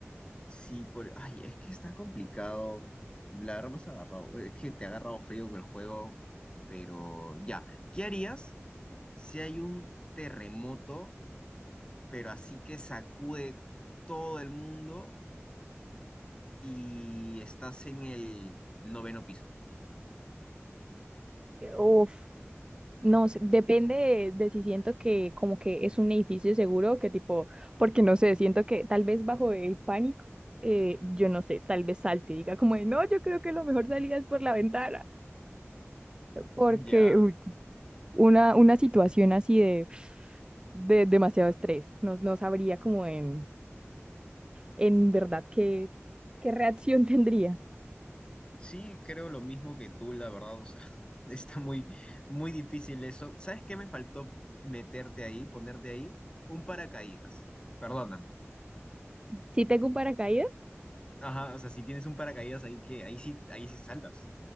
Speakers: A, on the left (about 20°); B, on the right (about 20°).
A: Sí, por... Ay, es que está complicado. La verdad me has agarrado. Es que te ha agarrado frío con el juego. Pero ya. ¿Qué harías si hay un terremoto, pero así que sacude todo el mundo y estás en el noveno piso?
B: Uf, no, sé, depende de, de si siento que como que es un edificio seguro, que tipo, porque no sé, siento que tal vez bajo el pánico, eh, yo no sé, tal vez salte y diga como de, no, yo creo que lo mejor salida es por la ventana, porque
A: Ya.
B: uy, una, una situación así de, de demasiado estrés, no, no sabría como en, en verdad qué, qué reacción <laughs> tendría.
A: Sí, creo lo mismo que tú, la verdad. O sea, <laughs> está muy, muy difícil eso. ¿Sabes qué me faltó meterte ahí, ponerte ahí? Un paracaídas. Perdóname.
B: Si tengo un paracaídas,
A: Ajá, o sea, si tienes un paracaídas ahí que ahí sí, ahí sí saltas.